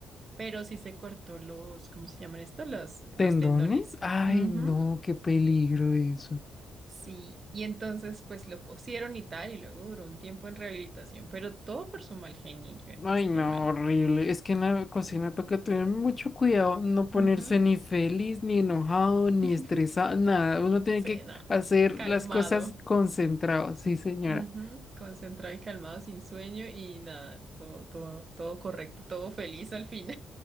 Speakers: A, on the right; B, on the left.
A: pero sí se cortó los, ¿cómo se llaman estos? Los, los
B: ¿Tendones?
A: tendones.
B: Ay,
A: Ujú,
B: no, qué peligro eso.
A: Sí, y entonces pues lo cosieron y tal, y luego duró un tiempo en rehabilitación, pero todo por su mal genio, en
B: Ay,
A: este
B: no,
A: man.
B: horrible. Es que en la cocina toca tener mucho cuidado, no ponerse
A: Ujú.
B: ni feliz, ni enojado, ni
A: <laughs>
B: estresado, nada. Uno tiene
A: Sí,
B: que
A: no,
B: hacer
A: calmado.
B: las cosas concentrado, sí, señora.
A: Ujú, Concentrado y calmado, sin sueño y nada, todo, todo, todo correcto, todo feliz al fin.